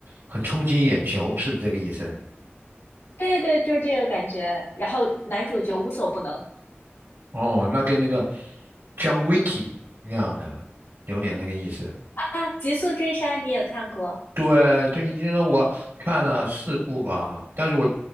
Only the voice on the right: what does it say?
很冲击眼球，是不是这个意思？
哦，那跟那个 John Wick 那样的有点那个意思。
对，对，已经说我看了四部吧，但是我